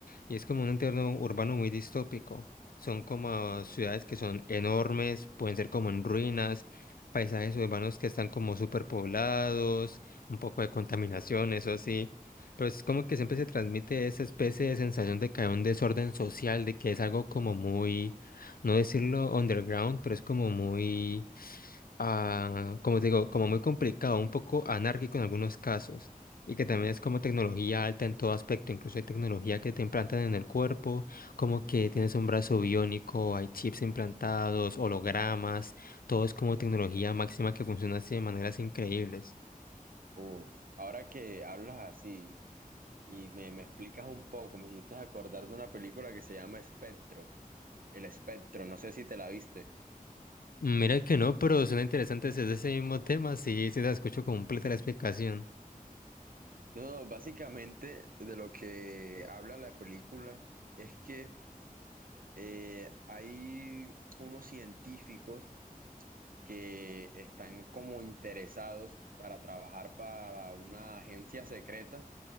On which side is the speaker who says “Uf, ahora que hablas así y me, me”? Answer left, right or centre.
Right